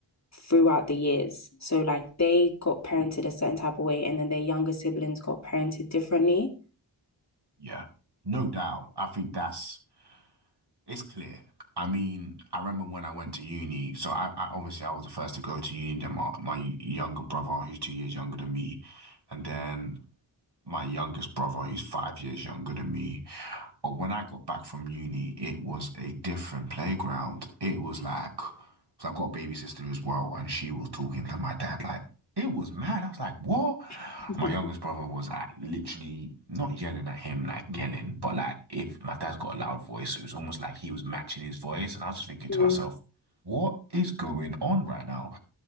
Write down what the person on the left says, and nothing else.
throughout the years. So, like, they got parented a certain type of way, and then their younger siblings got parented differently.
<laughs>
Mm.